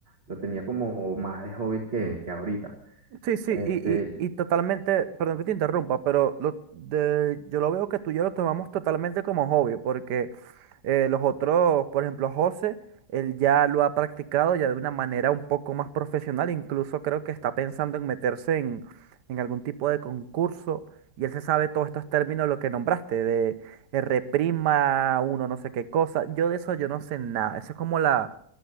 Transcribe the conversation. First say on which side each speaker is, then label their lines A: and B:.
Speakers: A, on the right; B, on the right.
A: lo tenía como más de hobbit que, que ahorita.
B: Sí, sí,
A: Este,
B: y, y, y totalmente, perdón que te interrumpa, pero lo de, yo lo veo que tú y yo lo tomamos totalmente como hobby, porque eh, los otros, por ejemplo, José, él ya lo ha practicado ya de una manera un poco más profesional, incluso creo que está pensando en meterse en, en algún tipo de concurso, y él se sabe todos estos términos, lo que nombraste, de eh, reprima uno, no sé qué cosa, yo de eso yo no sé nada, eso es como la